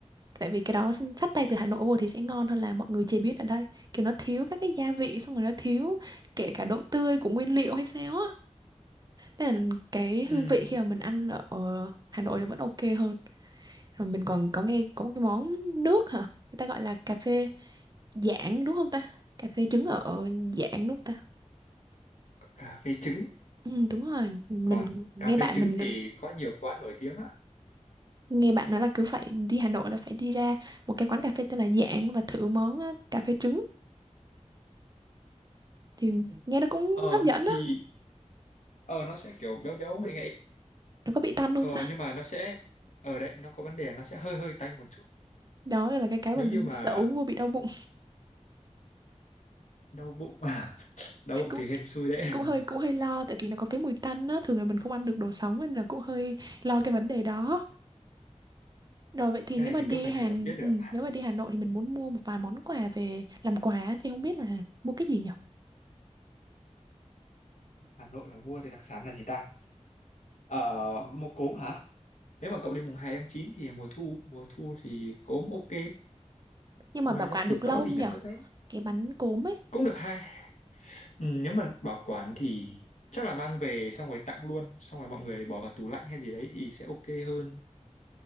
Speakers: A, on the right; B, on the left.
A: tại vì cái đó xin- xách tay từ Hà Nội vô thì sẽ ngon hơn là mọi người chế biến ở đây kiểu nó thiếu các cái gia vị xong rồi nó thiếu kể cả độ tươi của nguyên liệu hay sao á nên là cái
B: Ừm,
A: hương vị khi mà mình ăn ở ở Hà Nội thì vẫn ok hơn rồi mình còn có nghe có một cái món nước hả? Người ta gọi là cà phê Giảng đúng không ta? Cà phê trứng ở Giảng đúng không ta?
B: cà phê trứng
A: Ừ, đúng rồi, mình
B: còn
A: nghe
B: cà
A: bạn
B: phê trứng
A: mình
B: thì có nhiều quán nổi tiếng á
A: nghe bạn nói là cứ phải đi Hà Nội là phải đi ra một cái quán cà phê tên là Giảng và thử món ờ, cà phê trứng thì nghe nó cũng
B: ờ
A: hấp dẫn
B: thì
A: đó.
B: ờ nó sẽ kiểu béo béo ngậy ngậy
A: Nó có bị tanh không
B: ờ
A: ta?
B: nhưng mà nó sẽ ở đấy nó có vấn đề là nó sẽ hơi hơi tanh một chút
A: Đó là cái cái mà
B: nếu
A: mình
B: như mà
A: sợ uống vô bị đau bụng.
B: đau bụng <laughs> đau
A: <laughs>
B: bụng
A: Cũng
B: thì hên xui đấy
A: cũng
B: <laughs>
A: hơi cũng hơi lo tại vì nó có cái mùi tanh á, thường là mình không ăn được đồ sống nên là cũng hơi lo cái vấn đề đó. Rồi vậy thì
B: cái
A: nếu
B: này
A: mà
B: thì
A: đi
B: cứ phải
A: Hà
B: thử mới biết được
A: ừ,
B: À,
A: nếu mà đi Hà Nội thì mình muốn mua một vài món quà về làm quà thì không biết là mua cái gì nhở
B: Hà Nội mà mua thì đặc sản là gì ta ờ mua cốm hả nếu mà cậu đi mùng 2 tháng 9 thì mùa thu mùa thu thì cốm ok
A: Nhưng mà
B: ngoài
A: bảo
B: ra
A: quản
B: thì
A: được lâu
B: có
A: không
B: gì
A: nhở
B: nhỉ tất đấy
A: Cái bánh cốm ấy,
B: cũng được hai Ừ, nếu mà bảo quản thì chắc là mang về xong rồi tặng luôn xong rồi mọi người bỏ vào tủ lạnh hay gì đấy thì sẽ ok hơn